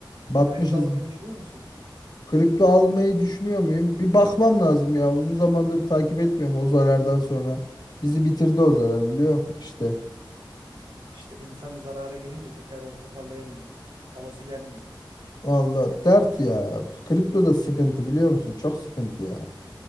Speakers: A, on the left; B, on the right.
A: Batmışız.
B: Kripto almayı düşünüyor musun?
A: Kripto almayı düşünüyor muyum? Bir bakmam lazım ya. Uzun zamandır takip etmiyorum o zarardan sonra. Bizi bitirdi o zarar biliyor musun? İşte.
B: İşte insan zarara girince tekrardan toparlayamıyor. Alası gelmiyor.
A: Vallahi dert ya. Kripto da sıkıntı biliyor musun? Çok sıkıntı ya.